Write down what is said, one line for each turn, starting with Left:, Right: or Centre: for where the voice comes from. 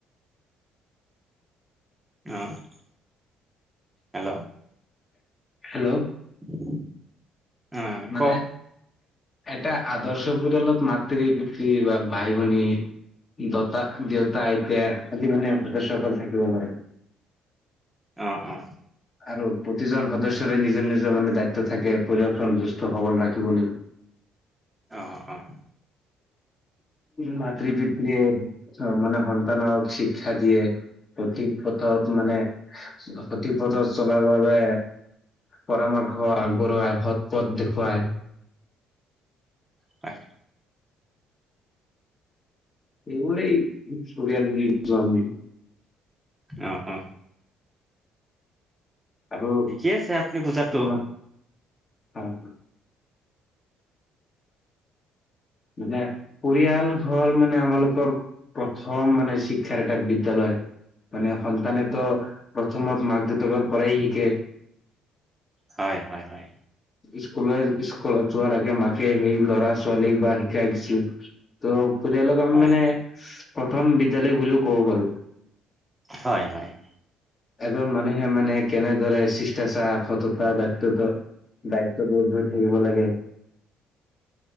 Right: অ', হেল্ল'।
Left: হেল্ল'
Right: <inaudible>
Left: মানে
Right: কওক
Left: এটা আদৰ্শ পৰিয়ালত মাতৃ-পিতৃ বা ভাই-ভনী দতা দেউতা আইতা আদি মানে সদস্যসকল থাকিব পাৰে
Right: অ', অ'।
Left: আৰু প্ৰতিজন সদস্যৰে নিজৰ নিজৰ মানে দায়িত্ব থাকে পৰিয়ালক সন্তূস্ত সবল ৰাখিবলৈ
Right: অ', অ'।
Left: মাতৃ পিতৃয়ে মানে সন্তানক শিক্ষা দিয়ে সঠিক পথত মানে সঠিক পথত চলাৰ বাবে পৰামৰ্শ আগবঢ়োৱাই সৎ পথ দেখুৱাই
Right: হয়।
Left: এইবোৰে পৰিয়াল বুলি বুলি আমি।
Right: অহ, অহ।
Left: আৰু
Right: ঠিকে আছে আপুনি বুজাতো
Left: ইমান হয়। মানে পৰিয়াল হ'ল মানে আমালোকৰ প্ৰথম মানে শিক্ষাৰ এটা বিদ্যালয় মানে সন্তানে তো প্ৰথমত মাক দেউতাক পৰাই শিকে।
Right: হয়, হয়, হয়।
Left: স্কুলৰ স্কুলত যোৱাৰ আগে মাকে সেই ল'ৰা ছোৱালীক বা শিকাই দিছিল ত' পৰিয়ালক আমি
Right: হয়
Left: মানে প্ৰথম বিদ্যালয় বুলিও ক'ব পাৰো।
Right: হয়, হয়।
Left: এজন মানুহে মানে কেনেদৰে শিষ্টাচাৰ সততা দায়িত্বত দায়িত্ববোধ হৈ থাকিব লাগে।